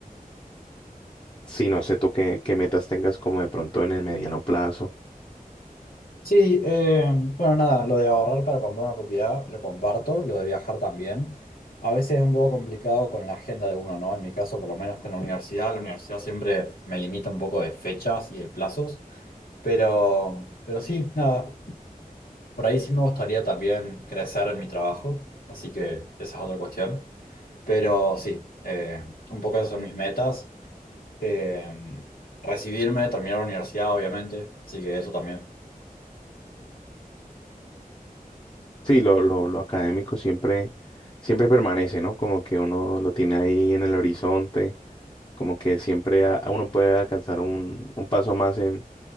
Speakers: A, on the left; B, on the left.
A: Sí, no sé tú qué, qué metas tengas como de pronto en el mediano plazo.
B: Sí, eh, bueno, nada, lo de ahorrar para comprar una propiedad lo comparto, lo de viajar también. A veces es un poco complicado con la agenda de uno, ¿no? En mi caso, por lo menos con la universidad, la universidad siempre me limita un poco de fechas y de plazos, pero, pero sí, nada, por ahí sí me gustaría también crecer en mi trabajo, así que esa es otra cuestión. Pero sí, eh, un poco esas son mis metas. Eh, recibirme, terminar la universidad, obviamente, así que eso también.
A: Sí, lo, lo, lo académico siempre, siempre permanece, ¿no? Como que uno lo tiene ahí en el horizonte, como que siempre a- uno puede alcanzar un, un paso más en